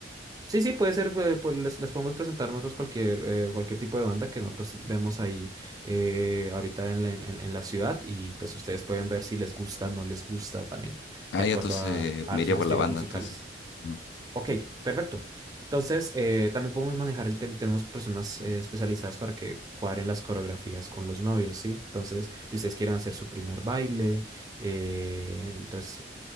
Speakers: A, on the right (about 20°); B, on the left (about 75°).
A: Sí, sí, puede ser, eh, pues les, les podemos presentar nosotros cualquier, eh, cualquier tipo de banda que nosotros vemos ahí eh, ahorita en la, en, en la ciudad y pues ustedes pueden ver si les gusta, no les gusta también,
B: Ah,
A: de acuerdo
B: ya entonces
A: a, a
B: me iría
A: sus
B: por
A: estilos
B: la banda
A: musicales.
B: entonces. Ujú.
A: Ok, perfecto. Entonces, eh, también podemos manejar el tema, tenemos personas eh, especializadas para que cuadren las coreografías con los novios, ¿sí? Entonces, si ustedes quieren hacer su primer baile, eh, entonces